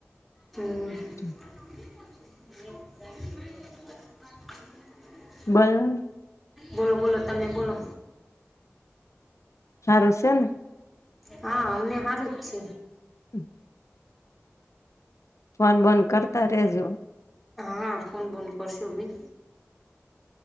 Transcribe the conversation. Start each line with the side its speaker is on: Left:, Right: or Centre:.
Centre: હમ્મ
Left: હમ્મ
Centre: <inaudible>
Left: બલ
Centre: બોલો બોલો તમે બોલો
Left: સારું છે ને
Centre: હા અમને સારું જ છે.
Left: <inaudible> ફોન બોન કરતા રેજો
Centre: હા ફોન બંધ કરશો બી